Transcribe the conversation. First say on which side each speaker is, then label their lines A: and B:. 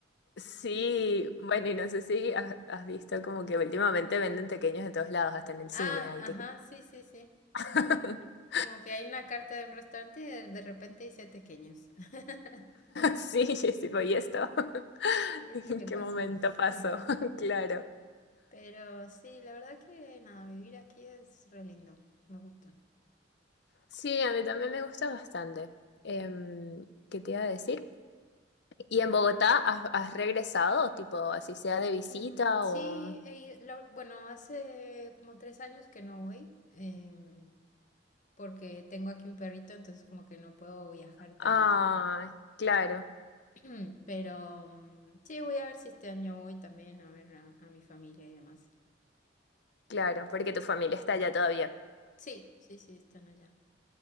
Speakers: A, on the left (about 65°); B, on the left (about 45°).
A: Sí, bueno, y no sé si has, has visto como que últimamente venden tequeños de todos lados, hasta en el
B: Ah,
A: cine, ahí
B: ajá,
A: te...
B: sí, sí, sí.
A: <laughs>
B: Como que hay una carta de un restaurante y de, de repente dice tequeños. <laughs>
A: Sí, yo sí, pues, ¿y esto? <laughs>
B: ¿Y esto
A: ¿En
B: qué
A: qué
B: pasó?
A: momento pasó?
B: <laughs>
A: <laughs> Claro.
B: Pero sí, la verdad que nada, vivir aquí es re lindo, me gusta.
A: Sí, a mí también me gusta bastante. Em, ¿qué te iba a decir? ¿Y en Bogotá has, has regresado, tipo, así sea de visita
B: Mm, sí,
A: o...?
B: he ido- la- bueno, hace como tres años que no voy. em, porque tengo aquí un perrito, entonces como que no puedo viajar tanto.
A: Ah, claro,
B: <clears throat> Pero mm, sí, voy a ver si este año voy también a ver a, a mi familia y demás.
A: claro, porque tu familia está allá todavía.
B: Sí, sí, sí, están allá.